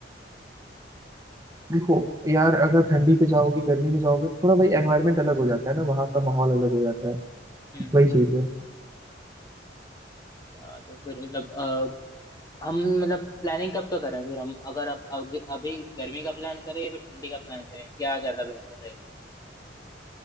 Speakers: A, on the right; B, on the left.
A: देखो यार अगर ठंडी पे जाओगे गर्मी में जाओगे तो थोड़ा भाई एनवायरनमेंट अलग हो जाता है ना वहाँ का माहौल अलग हो जाता है
B: हम्म
A: वही चीज है
B: अच्छा, तो फिर मतलब अ, हम मतलब प्लानिंग कब का करें फिर हम अगर अब अभी अभी गर्मी का प्लान करें या फिर ठंडी का प्लान करें क्या ज्यादा बेहतर रहेगा